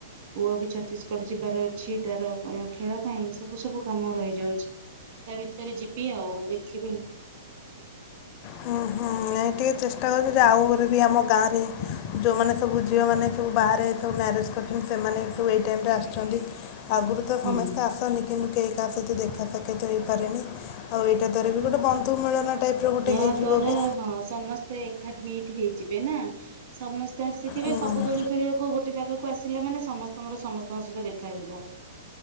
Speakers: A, on the right (about 50°); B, on the left (about 40°).
A: ପୁଅ ବି ଛତିଶଗଡ ଯିବାର ଅଛି ତାର କଣ ଖେଳ ପାଇଁ ସବୁ ସବୁ କାମ ରହିଯାଉଛି ତା ଭିତରେ ଯିବି ଆଉ ଦେଖିବି।
B: ହୁଁ ହୁଁ ଟିକେ ଚେଷ୍ଟା କରୁଛନ୍ତି ଯେ ଆଉ ଘରେ ବି ଆମ ଗାଁରେ ଯେଉଁମାନେ ସବୁ ଝିଅମାନେ ସବୁ ବାହାରେ ସବୁ ମ୍ୟାରେଜ୍ କରୁଛନ୍ତି ସେମାନେ ସବୁ ଏଇ ଟାଇମ୍ ରେ ଆସୁଛନ୍ତି। ଆଗୁରୁ ତ ସମସ୍ତେ
A: ହୁଁ
B: ଆସନି କିମି କେହି କାହା ସହିତ ଦେଖା ସାକ୍ଷାତ ହେଇପାରେନି ଆଉ ଏଇଟା ଦାରରେ ବି ଗୋଟେ ବନ୍ଧୁ ମିଳନ ଟାଇପ୍ର ଗୋଟେ
A: ଏହା
B: ହେଇଯିବ
A: ଦ୍ଵାରା
B: ବି
A: ହଁ। ସମସ୍ତେ ଏକା ମିଟ୍ ହେଇଯିବେ ନା ସମସ୍ତେ ଆସିଥିବେ
B: ହୁଁ।
A: ସବୁ ଦୋଳି ଖେଳିବାକୁ ଗୋଟେ ଜାଗାକୁ ଆସିଲା ମାନେ ସମସ୍ତଙ୍କର ସମସ୍ତଙ୍କ ସହିତ ଦେଖାଯିବ